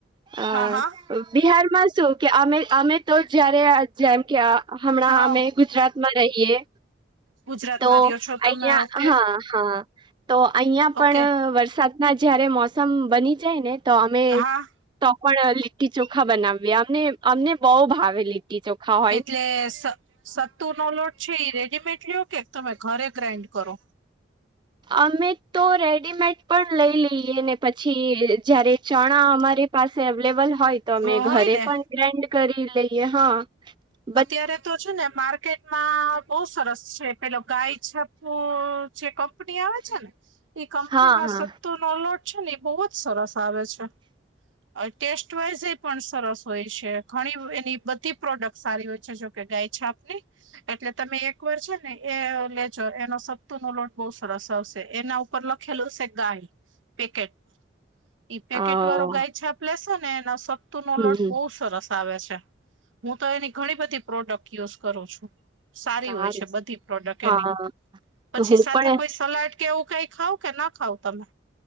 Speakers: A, on the right; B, on the right.
A: અ
B: હા હા
A: બિહારમાં શું કે અમે એમ તો જયારે જેમ કે આ હમણાં
B: હા
A: અમે ગુજરાતમાં રહીયએ
B: ગુજરાતમાં
A: તો
B: રહ્યો છો
A: અહીંયા
B: તમે ઓકે
A: હા. હા તો અહીં પણ
B: ઓકે
A: વરસાદના જયારે મોસમ બની જાય ને તો અમે
B: હા
A: તો પણ લીટી ચોખા બનાવીએ અમને અમને બહુ ભાવે લી લીટી ચોખાઓ.
B: એટલે સ સત્તુનો લોટ છે એ રેડીમેડ લ્યો કે તમે ઘરે ગ્રાઈન્ડ કરો.
A: અમે તો રેડીમેડ પણ લઈ લઈએ ને પછી જયારે ચણા અમારે પાસે અવલેબલ હોય તો અમે
B: હોય
A: ઘરે
B: ને
A: પણ ગ્રેન્ડ કરી લઈએ હા પા
B: અત્યારે તો છે ને માર્કેટમાં બહુ સરસ છે પેલો ગાય છપ્પુ જે કંપની આવે છે ને એ કંપની
A: હા
B: ના
A: હા
B: સત્તો નો લોટ છે ને એ બહુ જ સરસ આવે છે. આ ટેસ્ટ હોય છે એ પણ સરસ હોય છે ઘણી એની બધી પ્રોડક્ટ સારી હોય છે જોકે ગાય છાપની એટલે તમે એક વાર છે ને એ લેજો એનો સત્તુ નો લોટ બઉ સરસ આવશે એના ઉપ ઉપર ખેલું હશે ગાય પેકેટ ઈ પેકેટ
A: હા
B: વાળો ગાય છાપ લેેશો ને એનો સપતુ નો
A: હ હમ
B: લોટ બહુ સરસ આવે છે. હું તો એની ઘણી બધી પ્રોડક્ટ યુઝ કરું છું. સારી
A: સારું
B: હોય છે બધી પ્રોડક્ટ
A: હા
B: એની પછી
A: તો હું
B: સાથે
A: પણ
B: કોઈ સલાડ કેવું કઈ ખાવ કે ના ખાવ તમે.